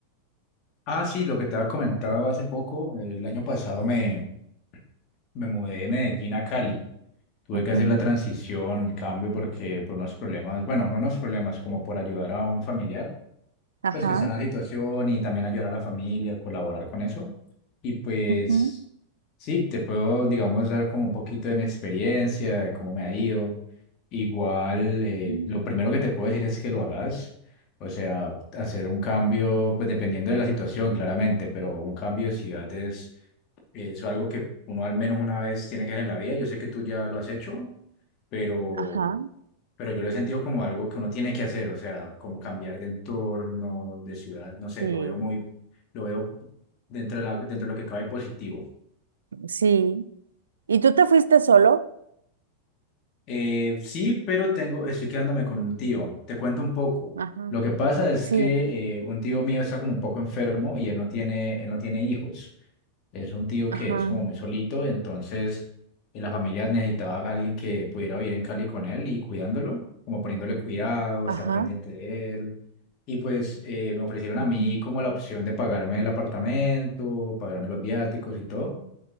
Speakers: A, on the left; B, on the right.
A: Ah, sí, lo que te había comentado hace poco, eh, el año pasado me, me mudé de Medellín a Cali. Tuve
B: Ujú,
A: que hacer la transición, el cambio, porque por unos problemas, bueno, no unos problemas, como por ayudar a un familiar.
B: Ajá,
A: pues que está en la situación y también ayudar a la familia, colaborar con eso. Y pues
B: ujú,
A: sí, te puedo, digamos, dar como un poquito de mi experiencia, de cómo me ha ido. Igual, eh,
B: Mm.
A: lo primero que te puedo decir es que lo hagas. O sea, hacer un cambio, pues dependiendo de la situación, claramente, pero un cambio de ciudad es, es algo que uno al menos una vez tiene que hacer en la vida. Yo sé que tú ya lo has hecho, pero
B: Ajá,
A: pero yo lo he sentido como algo que uno tiene que hacer, o sea, como cambiar de entorno, de ciudad, no sé,
B: sí,
A: lo veo muy, lo veo dentro de la- dentro de lo que cabe positivo.
B: sí. ¿Y tú te fuiste solo?
A: Eh, sí, pero tengo, estoy quedándome con un tío. Te cuento un poco.
B: ajá,
A: Lo que pasa es
B: Sí,
A: que eh, un tío mío está como un poco enfermo y él no tiene, él no tiene hijos. Es un tío
B: ajá,
A: que es como muy solito, entonces eh, la familia necesitaba a alguien que pudiera vivir en Cali con él y cuidándolo, como poniéndole cuidado,
B: ajá,
A: estar pendiente de él. Y pues eh, me ofrecieron
B: ujú,
A: a mí como la opción de pagarme el apartamento, pagarme los viáticos y todo.